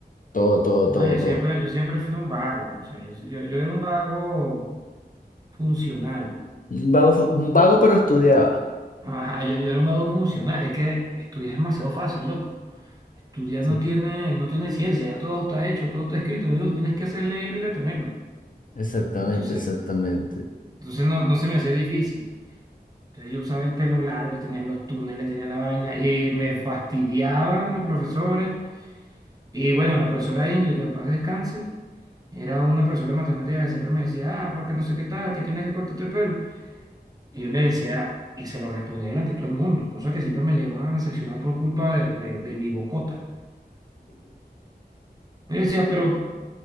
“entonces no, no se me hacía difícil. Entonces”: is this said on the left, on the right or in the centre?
Right